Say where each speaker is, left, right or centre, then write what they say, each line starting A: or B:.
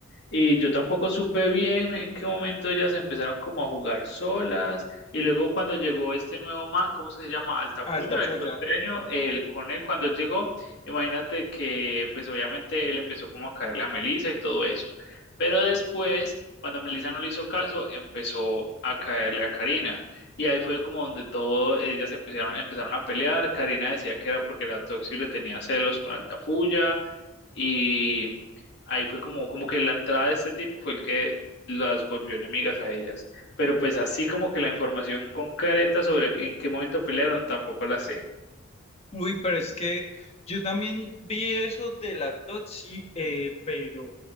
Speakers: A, on the left; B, on the left.
A: Y yo tampoco supe bien en qué momento ellas empezaron como a jugar solas. Y luego cuando llegó este nuevo man, ¿cómo se llama? Altafulla,
B: Alta folla.
A: el costeño, él con él, cuando él llegó, imagínate que pues obviamente él empezó como a caerle a Melissa y todo eso. Pero después, cuando Melissa no le hizo caso, empezó a caerle a Karina. Y ahí fue como donde todo, ellas empezaron, empezaron a pelear. Karina decía que era porque la Toxi le tenía celos con Altafulla. Y ahí fue como, como que la entrada de este tipo fue el que las volvió enemigas a ellas. Pero pues así como que la información concreta sobre en qué momento pelearon tampoco la sé.
B: Uy, pero es que yo también vi eso de la Totsi, eh, pero,